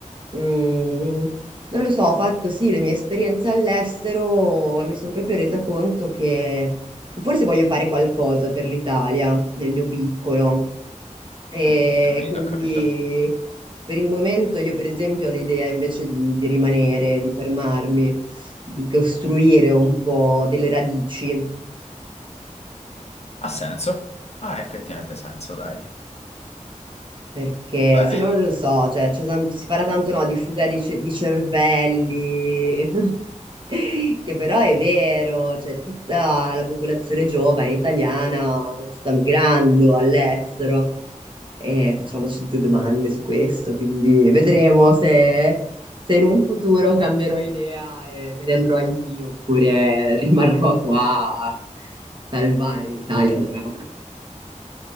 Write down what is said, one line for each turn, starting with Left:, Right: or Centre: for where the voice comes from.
Right: Mm, non lo so, ho fatto sì le mie esperienze all'estero e mi sono proprio resa conto che Forse voglio fare qualcosa per l'Italia, nel mio piccolo. E
Left: Mm, capito,
Right: quindi
Left: capito.
Right: per il momento io, per esempio, ho l'idea invece di, di rimanere, di fermarmi, di costruire un po' delle radici.
Left: Ha senso? Ha effettivamente senso, dai.
Right: Perché
Left: Beh.
Right: sì, non lo so, cioè, c'è tanto- si parla tanto no, di fuga dei ce- di cervelli, <laughs> che però è vero, cioè, tutta la popolazione giovane italiana sta migrando all'estero. e facciamoci due domande su questo, quindi vedremo se,
Left: <laughs>
Right: se in un futuro cambierò idea e me ne andrò anch'io oppure rimarrò qua a salvare l'Italia da brava fortuna.